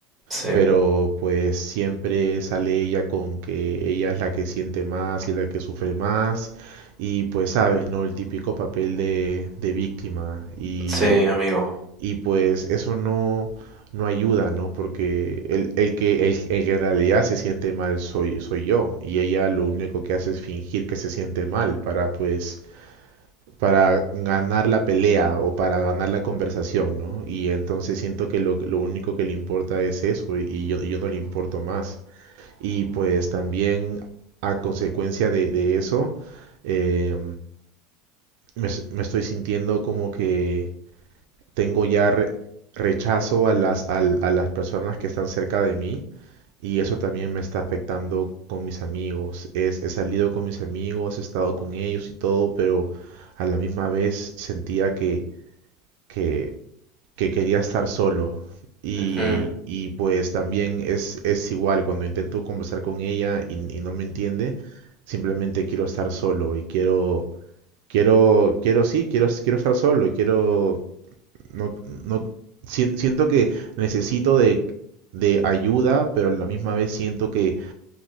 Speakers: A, in the centre; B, on the right (about 55°).
A: Sí,
B: Pero pues siempre sale ella con que ella es la que siente más y la que sufre más. Y pues sabes, ¿no? El típico papel de, de víctima. y
A: sí, amigo.
B: y pues eso no, no ayuda, ¿no? Porque el, el que, el, el que en realidad se siente mal soy, soy yo. Y ella lo único que hace es fingir que se siente mal para pues para ganar la pelea o para ganar la conversación, ¿no? Y entonces siento que lo, lo único que le importa es eso y yo, y yo no le importo más. Y pues también a consecuencia de, de eso, eh, me, s- me estoy sintiendo como que tengo ya re- rechazo a las, al- a las personas que están cerca de mí y eso también me está afectando con mis amigos. Es- he salido con mis amigos, he estado con ellos y todo, pero a la misma vez sentía que, que, que quería estar solo. Y,
A: Ujú,
B: y pues también es, es igual, cuando intento conversar con ella y, y no me entiende, simplemente quiero estar solo y quiero, quiero, quiero, sí, quiero, quiero estar solo, quiero no, no, si- siento que necesito de, de ayuda, pero a la misma vez siento que